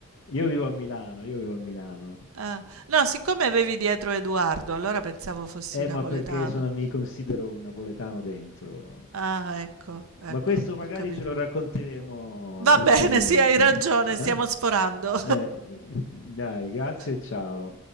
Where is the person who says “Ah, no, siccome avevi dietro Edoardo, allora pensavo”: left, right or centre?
Right